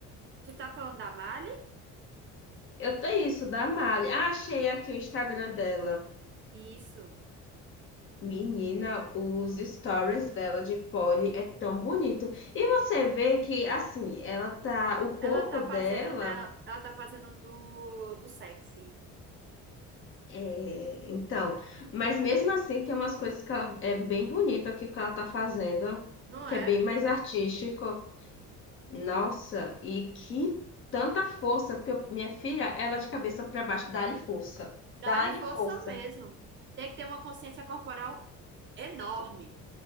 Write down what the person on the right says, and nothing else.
Tu tá falando da Mali?
Isso.
Ela tá
fazendo dela, ela tá fazendo do, do sexy,
não
é?
Dá-lhe força
mesmo. Tem que ter uma consciência corporal enorme.